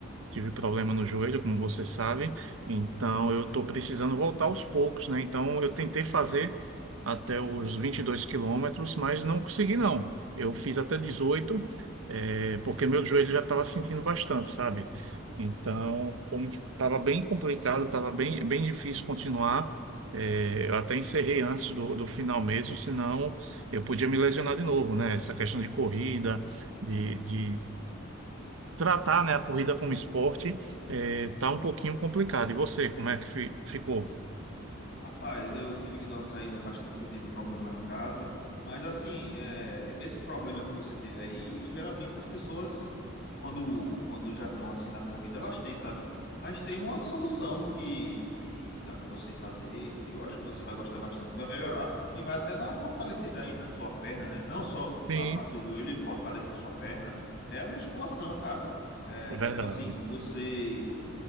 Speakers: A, on the right; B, on the left.
A: Tive problema no joelho, como você sabe, então
B: Sim.
A: eu estou precisando voltar aos poucos, né? Então eu tentei fazer até os 22 quilômetros, mas não consegui, não. Eu fiz até 18, eh, porque meu joelho já estava sentindo bastante, sabe? Então, como estava bem complicado, estava bem, bem difícil continuar. eh, eu até encerrei antes do, do final mesmo, senão eu podia me lesionar de novo, né? Essa questão de corrida, de, de tratar, né, a corrida como esporte é, tá um pouquinho complicado. E você, como é que fi- ficou?
B: Rapaz, eu tive que dar uma saída bastante, que eu tive um problema em casa. Mas assim, é, esse problema que você teve aí, geralmente as pessoas, quando, quando já estão assim na corrida, elas têm, sabe? Mas tem uma solução que, que dá para você fazer, que eu acho que você vai gostar bastante, vai melhorar e vai até dar uma fortalecida aí na sua perna, né? Não só
A: Sim.
B: tratar seu joelho e fortalecer sua perna, é a musculação, cara. É, tipo
A: Verdade.
B: assim, você